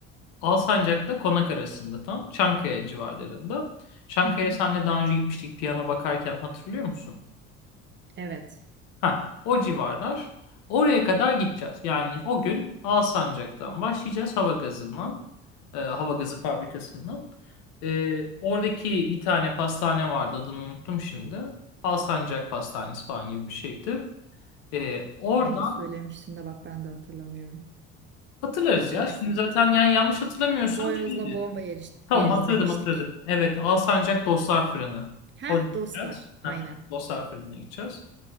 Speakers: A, on the left; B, on the right.
A: Alsancak'la Konak arasında tam Çankaya civarlarında. Çankaya
B: Hı hı.
A: senle daha önce gitmiştik piyano bakarken hatırlıyor musun?
B: Evet.
A: Ha, o civarlar. Oraya kadar gideceğiz. Yani o gün Alsancak'tan başlayacağız hava gazından, e, hava gazı fabrikasından. E, oradaki bir tane pastane vardı adını unuttum şimdi. Alsancak Pastanesi falan gibi bir şeydi. E, Orada
B: Ay söylemiştin de bak ben de hatırlamıyorum.
A: Hatırlarız ya.
B: Neyse.
A: Şimdi zaten yani yanlış hatırlamıyorsam
B: Boyozla
A: şeydi.
B: bomba yeriş-
A: Tamam
B: yeriz
A: hatırladım
B: demiştik.
A: hatırladım. Evet Alsancak Dostlar Fırını.
B: Heh
A: Oraya
B: dostlar.
A: gideceğiz. Heh,
B: Aynen.
A: Dostlar Fırını'na gideceğiz.